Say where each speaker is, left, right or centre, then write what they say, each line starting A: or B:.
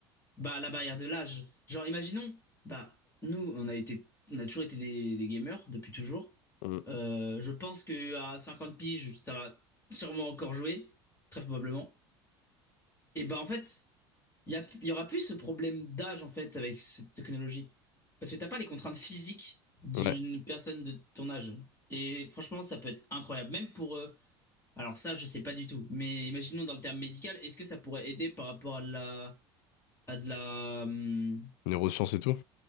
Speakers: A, on the left; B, on the left.
A: Bah, la barrière de l'âge. Genre, imaginons, bah, nous, on a été, on a toujours été des, des gamers depuis toujours.
B: Mm.
A: Euh, je pense que à 50 piges, ça va sûrement encore jouer, très probablement. Et bah, en fait, il y a, il y aura plus ce problème d'âge, en fait, avec cette technologie. Parce que t'as pas les contraintes physiques d'une
B: Ouais.
A: personne de ton âge. Et franchement, ça peut être incroyable. Même pour, euh, alors ça, je sais pas du tout. Mais imaginons dans le terme médical, est-ce que ça pourrait aider par rapport à de la, à de la, hum,
B: Neurosciences et tout.